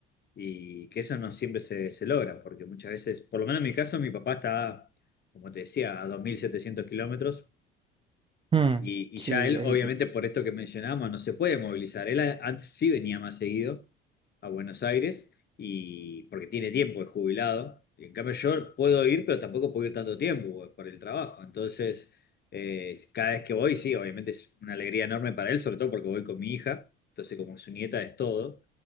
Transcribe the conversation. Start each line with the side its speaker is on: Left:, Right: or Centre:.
Left: y que eso no siempre se, se logra, porque muchas veces, por lo menos en mi caso, mi papá está, como te decía, a dos mil setecientos kilómetros
Right: Mm,
Left: Y, y
Right: sí,
Left: ya él,
Right: lejitos.
Left: obviamente, por esto que mencionábamos no se puede movilizar. Él a- antes sí venía más seguido a Buenos Aires y porque tiene tiempo, es jubilado. Y En cambio, yo puedo ir, pero tampoco puedo ir tanto tiempo por el trabajo. Entonces, eh, cada vez que voy, sí, obviamente es una alegría enorme para él, sobre todo porque voy con mi hija. Entonces, como su nieta es todo.